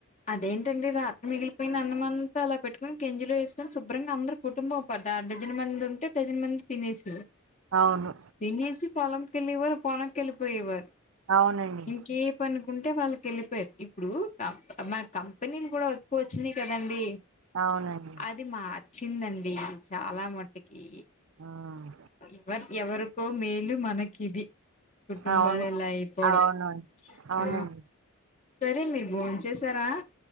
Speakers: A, on the left; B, on the right.
A: అదేంటండి రాత్రి మిగిలిపోయిన అన్నమంత అలా పెట్టుకుని గంజిలో వేసుకొని శుభ్రంగా అందరు కుటుంబం పా డజన్ మంది ఉంటే డజన్ మంది తినేసే వా
B: అవును
A: తిన్నేసి పొలంకెళ్ళేవారు పొలంకి వెళ్ళిపోయేవారు
B: అవునండి
A: ఇంకే పనుకుంటే వాళ్ళకి వెళ్ళిపోయారు ఇప్పుడు కా మన కంపెనీలు కూడా ఎక్కువ వచ్చినాయి కదండి
B: అవునండి
A: అది మా వచ్చి అది చాలా మట్టుకి
B: ఉమ్,
A: ఎవరు ఎవ కో మేలు మనకిది కుటుంబాలు
B: అవును
A: ఇలా అయిపోవడం
B: అవునండి అవునండి
A: ఆ సరే మీరు భోం చేసారా